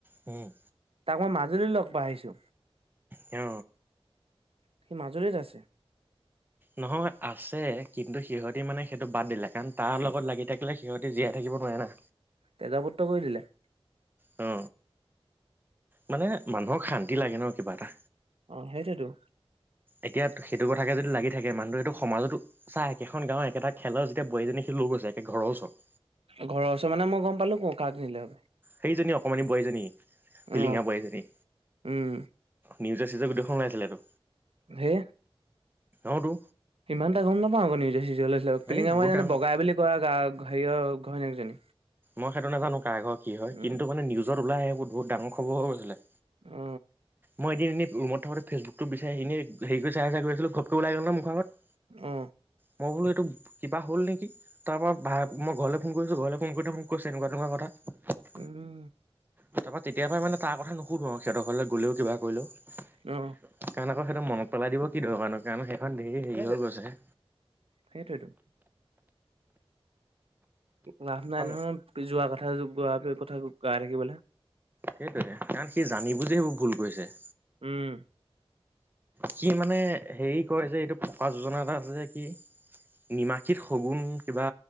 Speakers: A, on the right (about 20°); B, on the right (about 70°).
A: উম।
B: তাক মই মাজুলীত লগ পাই আহিছো।
A: অ।
B: সি মাজুলীত আছে।
A: নহয়, আছে। কিন্তু সিহঁতি মানে সেইটো বাদ দিলে, কাৰণ তাৰ লগত লাগি থাকিলে সিহঁতি জীয়াই থাকিব নোৱাৰে না।
B: তেজপুত্ৰ কৰি দিলে।
A: অ। মানে, মানুহক শান্তি লাগে ন' কিবা এটা।
B: অ, সেইটোৱেইটো।
A: এতিয়া, সেইটো কথাকে যদি লাগি থাকে, মানুহটোৱেটো সমাজটো চা, একেখন গাঁৱৰ, একেটা খেলৰ যেতিয়া বোৱাৰীজনী সি লৈ গৈছে, একে ঘৰৰ ওচৰৰ।
B: ঘৰৰ ওচৰৰ মানে মই গম পালো কাক নিলে'।
A: সেইজনী অকণমানি বোৱাৰী জনী, পিলিঙা
B: অ
A: বোৱাৰী জনী।
B: উম
A: নিউজে-চিউজে গোটেইখন ওলাইছিলেটো।
B: হে
A: অ, টো।
B: ইমান এটা গম নাপাওঁ আকৌ নিউজে-চিউজে ওলাইছিল পিলিংগা
A: এই বহুত
B: <unintelligible>
A: ডাঙৰ
B: বগাই বুলি কোৱা <unintelligible> হেৰিয়ৰ ঘৈনীকজনী।
A: মই সেইটো নাজানো, কাৰ ঘৰ, কি হয়?
B: উম
A: কিন্তু মানে নিউজত ওলাই এইবোৰ বহুত ডাঙৰ খৰ হৈ গৈছিলে।
B: অ।
A: মই এদিন এনে, ৰুমত থাকোতে ফেচবুকটো বিচাৰি এনে, হেৰি কৰি চাই-চাই গৈ আছিলোঁ, ঘপকে ওলাই গ'ল নহয় মুখ আগত।
B: অ।
A: মই বোলো এইটো কিবা হ'ল নেকি? তাৰ পৰা, মই ঘৰলৈ ফোন কৰিছোঁ, ঘৰলৈ ফোন কৰোতে মোক কৈছে এনেকুৱা তেনেকুৱা কথা।
B: <unintelligible>
A: তাৰ পৰা তেতিয়া পৰা মানে, তাৰ কথা নুশুধো আৰু সিহঁতৰ ঘৰলৈ গ'লেও, কিবা কৰিলেও।
B: অ
A: কাৰণ আকৌ সেইটো মনত পেলাই দিব কি দৰকাৰণো, কাৰণ সেইখন ধেৰ হেৰি হৈ গৈছে।
B: সেইটোৱেটো। লাভ নাই
A: অ
B: নহয়, যোৱা কথা, গোৱা কথা গাই থাকিবলৈ।
A: সেইটোয়ে, কাৰণ সি জানি বুজি সেইবোৰ ভুল কৰিছে।
B: উম।
A: কি মানে, হেৰি কয় যে এইটো, ফকৰা যোজনা এটা আছে যে কি? নিমাখিত শগুন কিবা,